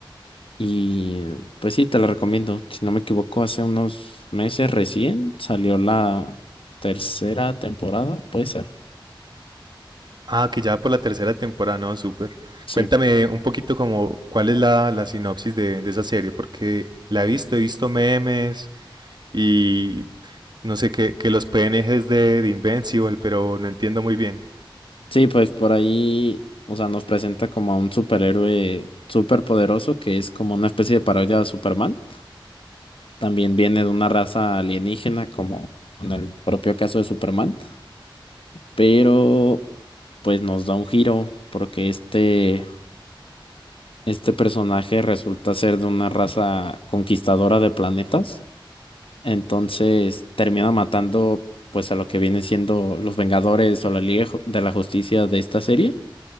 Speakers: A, on the left; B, on the right.
A: Y pues sí, te la recomiendo. Si no me equivoco, hace unos meses recién salió la tercera temporada, puede ser.
B: Ah, que ya por la tercera temporada, no, súper.
A: Sí,
B: Cuéntame un poquito como cuál es la, la sinopsis de, de esa serie, porque la he visto, he visto memes y no sé, que, que los PNGs de, de Invincible, pero no entiendo muy bien.
A: sí, pues por ahí, o sea, nos presenta como a un superhéroe súper poderoso que es como una especie de parodia de Superman También viene de una raza alienígena, como en el propio caso de Superman, pero pues nos da un giro porque este, este personaje resulta ser de una raza conquistadora de planetas, entonces termina matando pues a lo que vienen siendo los Vengadores o la Liga Ju- de la Justicia de esta serie,